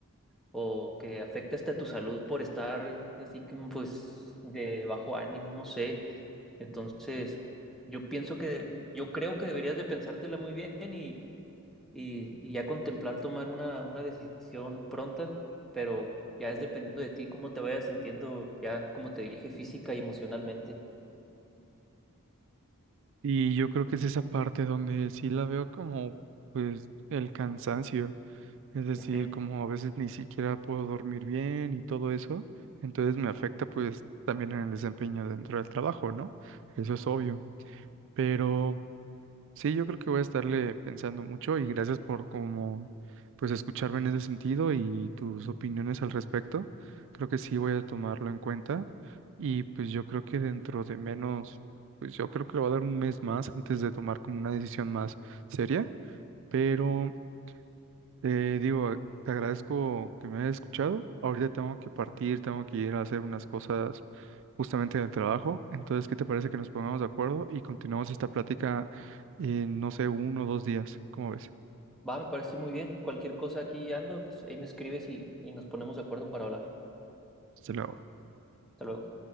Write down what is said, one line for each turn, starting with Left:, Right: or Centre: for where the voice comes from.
Centre: o que afecte hasta tu salud por estar así que, pues, de bajo ánimo, no sé. Entonces, yo pienso que, yo creo que deberías de pensártela muy bien y y, y ya contemplar tomar una, una decisión pronta, pero ya es dependiendo de ti cómo te vayas sintiendo, ya como te dije, física y emocionalmente.
Right: Y yo creo que es esa parte donde sí la veo como, pues, el cansancio, es decir,
Centre: Ujú.
Right: como a veces ni siquiera puedo dormir bien y todo eso, entonces me afecta, pues, también en el desempeño dentro del trabajo, ¿no? Eso es obvio, pero... Sí, yo creo que voy a estarle pensando mucho y gracias por como pues escucharme en ese sentido y tus opiniones al respecto. Creo que sí voy a tomarlo en cuenta y pues yo creo que dentro de menos, pues yo creo que le voy a dar un mes más antes de tomar como una decisión más seria, pero te digo, te agradezco que me hayas escuchado. Ahorita tengo que partir, tengo que ir a hacer unas cosas justamente del trabajo. Entonces, ¿qué te parece que nos pongamos de acuerdo y continuamos esta plática en, no sé, uno o dos días? ¿Cómo ves?
Centre: Va, me parece muy bien. Cualquier cosa aquí ando, pues ahí me escribes y, y nos ponemos de acuerdo para hablar.
Right: Hasta luego.
Centre: Hasta luego.